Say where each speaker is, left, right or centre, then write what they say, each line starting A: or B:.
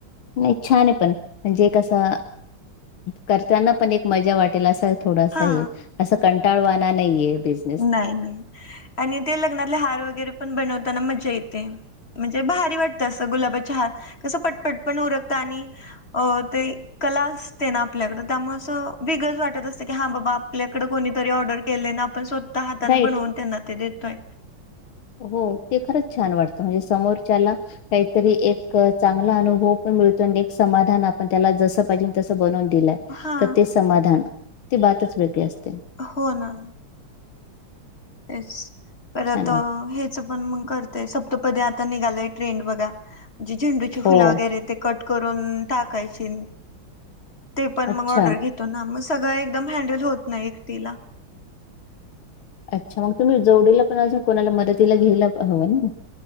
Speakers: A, on the left (about 80°); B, on the left (about 30°).
A: नाही छान आहे पण म्हणजे कसं करताना पण एक मजा वाटेल असा थोडासा
B: हा
A: हे असं कंटाळवाना नाहीे आहे बेस.
B: नाही नाही आणि ते लग्नातले हार वगैरे पण बनवताना मजा येते. म्हणजे भारी वाटतं असं गुलाबाचे हार कसं पटपट पण उरकतं आणि अ ते ही कला असते ना आपल्याकडे त्यामुळे असं वेगळच वाटत असतं की हा बाबा आपल्याकडे कोणीतरी ऑर्डर केले ना आपण स्वतः हाताने
A: राईट.
B: बनवून त्यांना ते देतोय.
A: हो ते खरंच छान वाटतं. म्हणजे समोरच्याला काहीतरी एक चांगला अनुभव पण मिळतो. आणि एक समाधान आपण त्याला जस पाहिजे तस बनवून दिलंय.
B: हा
A: त ते समाधान. ती बातच वेगळी असते.
B: हो ना. तेच. परत
A: छान वाटते.
B: हेच पण मग कर ते सप्तपदी आता निघालंय ट्रेंड बघा. जी झेंडूची
A: हो.
B: फुलं वगैरे ते कट करुन टाकायची. ते पण
A: अच्छा
B: मग ओर्डर घेत तोना. मग सगळं एकदम हँडल होत नाही एकटीला.
A: अच्छा मग तुम्ही जोडीला पण अजून कोणाला मदतीला घायला हवं ना.